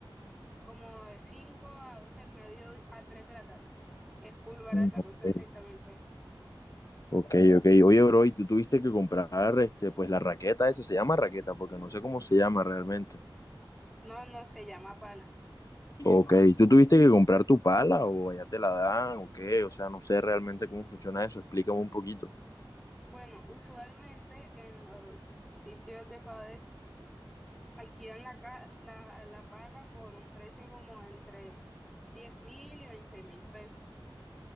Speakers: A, in the centre; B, on the left.
A: como de 5 a 12 del medio a 3 de la tarde. Es full barata,
B: ok,
A: cuesta treinta mil pesos.
B: ok. ok. Oye, bro, y tú tuviste que comprar, este, pues, la raqueta, esa se llama raqueta, porque no sé cómo se llama realmente.
A: No, no se llama pala.
B: Ok, ¿tú tuviste que comprar tu pala o allá te la dan o qué? O sea, no sé realmente cómo funciona eso, explícame un poquito.
A: Bueno, usualmente en los sitios de pádel alquilan la, ca- la, la pala por un precio como entre diez mil y veinte mil pesos.